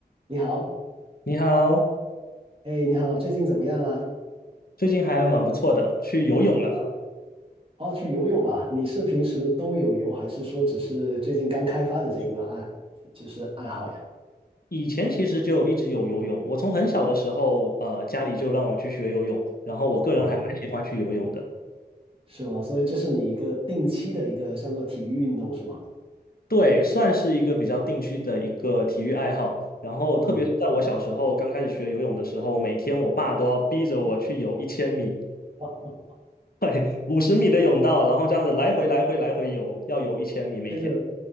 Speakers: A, on the right; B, on the left.
A: 你好，
B: 你好，
A: 哎，你好，最近怎么样啦？
B: 最近还蛮不错的，去游泳了。
A: 啊，哦，去游泳啊？你是平时都有游，还是说只是最近刚开发的这个爱，就是爱好呀？
B: 以前其实就一直有游泳，我从很小的时候，呃，家里就让我去学游泳，然后我个人还蛮喜欢去游泳的。
A: 哦，是吗？所以这是你一个定期的一个像做体育运动是吗？
B: 对，算是一个比较定期的一个体育爱好。然后特别是在我小时候刚开始学游泳的时候，
A: 嗯，
B: 每天我爸都要逼着我去游一千米，
A: 哦哦，
B: <laughs> 对，五十米的泳道，然后这样子来回来回来回游，要游一千米每天。
A: 这个